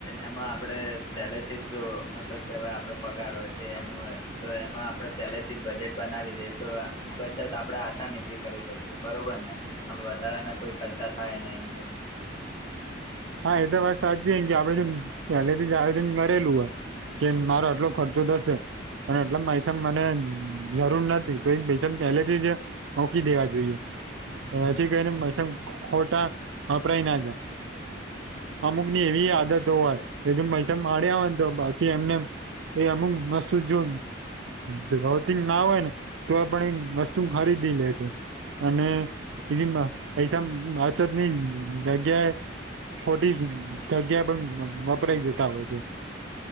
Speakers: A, on the left; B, on the right.
A: એમાં આપડે પહેલેથી જ જો મતલબ કેવાય આપડ પગાર હોય કે એનો હોય. તો એમાં આપણે પહેલેથી જ બજેટ બનાવી દઈએ તો બચત આપણેે આસાનીથી કરી શકીએ બરોબર ને. હવે વધારા ના કોઈ ખર્ચા થાય ને એ
B: હા એ તો વાત સાચી કે આપડે પહેલેથી જ આયોજન કરેલું હોય કે મારો આટલો ખર્ચો થશે અને એટલે પૈસામ મને જરૂર નથી તો ભૈસ કેલી જ મૂકી દેવા જોઈએ એથી કરીને મસમ ખોટા વપરાય ના જાય અમુક ની એવી આદતો હોય એ ત પૈસા માડ્યા હોય ને તો પછી એમને એ અમુક વસ્તુ જો ગતી ના હોય ને તો એ પણ એ વસ્તુ ખરીદી લે છે અને બીજી પૈસા અછ નઈ જગ્યાએ ખોટી જગ્યા પણ વપરાય જતા હોય છે